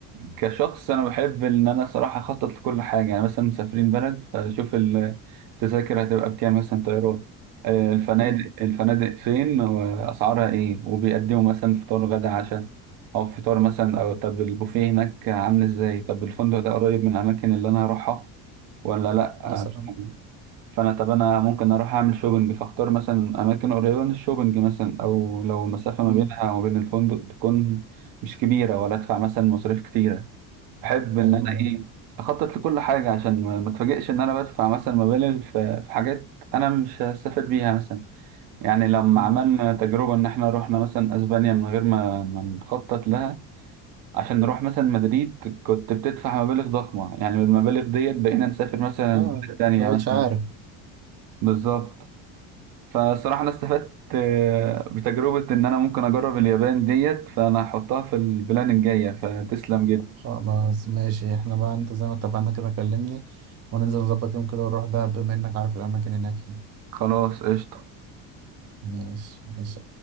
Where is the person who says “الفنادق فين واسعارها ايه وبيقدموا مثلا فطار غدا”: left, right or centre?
Right